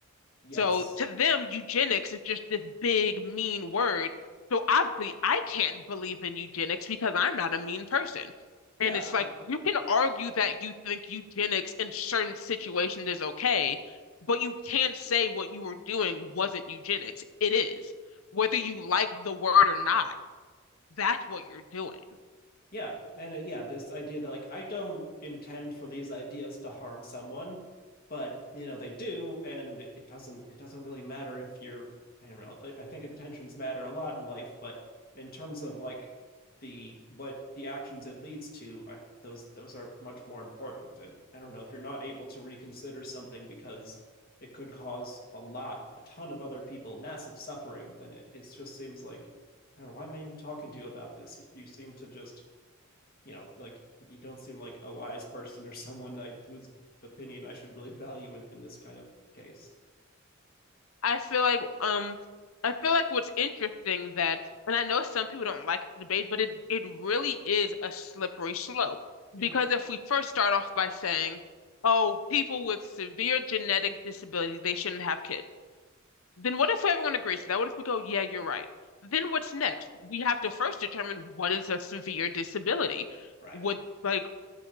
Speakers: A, on the left; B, on the left.
A: Yes.
B: So to them, eugenics is just this big, mean word. So obviously, I can't believe in eugenics because I'm not a mean person.
A: Yeah.
B: And it's
A: I,
B: like you can argue that you think eugenics in certain situations is okay, but you can't say what you were doing wasn't eugenics. It is. Whether you like the word or not, that's what you're doing.
A: yeah and it, yeah this idea that like i don't intend for these ideas to harm someone but you know they do and it, doesn't it doesn't really matter if you're i don't know I, I think intentions matter a lot in life but in terms of like the what the actions it leads to I, those those are much more important and i don't know if you're not able to reconsider something because it could cause a lot a ton of other people massive suffering then it, it just seems like i don't know why am i even talking to you about this you, you seem to just you know, like you don't seem like a wise person or someone I, whose opinion I should really value in, in this kind of case.
B: I feel like um I feel like what's interesting that and I know some people don't like the debate, but it it really is a slippery slope.
A: Yeah,
B: Because if we first start off by saying, oh, people with severe genetic disabilities, they shouldn't have kids, then what if everyone agrees to that? What if we go, yeah, you're right? Then what's next? We have to first determine what is a severe disability.
A: right,
B: Would like